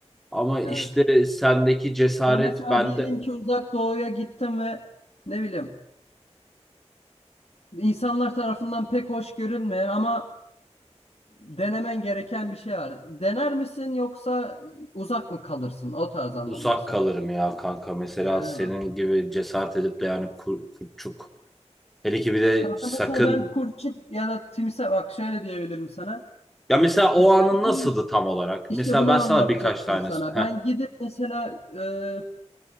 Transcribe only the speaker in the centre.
Ama işte
sendeki cesaret
bende
uzak
kalırım ya kanka. Mesela
senin
gibi cesaret edip de yani kur- kurtçuk. Hele ki bir de
sakın.
Ya mesela
o anın
nasıldı tam olarak?
Mesela
ben sana
birkaç tane.
Heh.